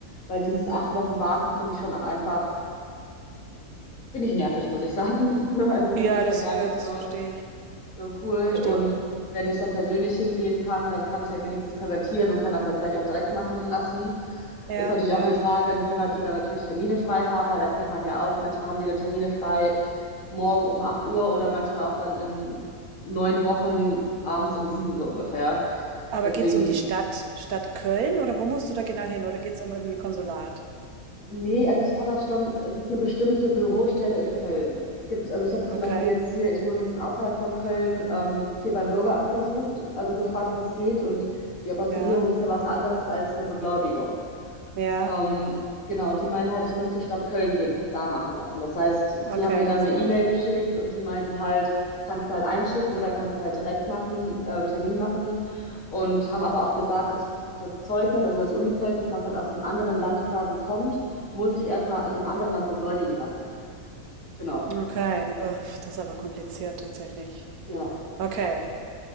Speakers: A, on the left (about 70°); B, on the right (about 85°).
A: weil dieses
B: Mhm.
A: acht Wochen Warten finde ich schon auch einfach, finde ich nervig, muss ich sagen. <laughs> Also
B: Ja,
A: finde ich halt
B: das,
A: gar
B: ver-
A: nicht
B: das
A: so,
B: verstehe ich.
A: so cool.
B: Verstehe
A: Und
B: ich.
A: wenn ich dann persönlich hingehen kann, dann kann ich halt wenigstens präsentieren und kann das dann vielleicht auch direkt machen lassen.
B: Ja,
A: Ist natürlich
B: ja.
A: auch die Frage, inwieweit die dann natürlich Termine frei haben, weil da kennt man ja auch, manchmal haben die dann Termine frei morgen um 8 Uhr oder manchmal auch dann in neun Wochen abends um sieben so ungefähr.
B: Aber
A: Deswegen,
B: geht's um die Stadt, Stadt Köln oder wo musst du da genau hin? Oder geht's um irgendwie ein Konsulat?
A: nee, also ich kann das schon, es ist eine bestimmte Bürostelle in Köln. Es gibt, also ich habe das
B: Okay,
A: zum Beispiel jetzt hier, ich wohne ein bisschen außerhalb von Köln, ähm, hier beim Bürgeramt versucht, also gefragt, ob das geht. Und die Apostillierung
B: ja,
A: ist ja was anderes als eine Beglaubigung.
B: ja.
A: Ähm, genau, die meinen halt, ich muss zur Stadt Köln gehen und das da machen lassen. Das heißt, die
B: Okay,
A: haben mir dann
B: also
A: eine
B: doch.
A: E-Mail geschickt und die meinten halt, kannst du halt einschicken oder kannst du halt direkt machen, äh, Termin machen. Und haben aber auch gesagt, dass das Zeugnis, also das Uni-Zeugnis, was halt aus einem anderen Land quasi kommt, muss ich erstmal in dem anderen Land beglaubigen lassen. Genau.
B: Okay, uff, das ist aber kompliziert tatsächlich.
A: Ja,
B: Okay,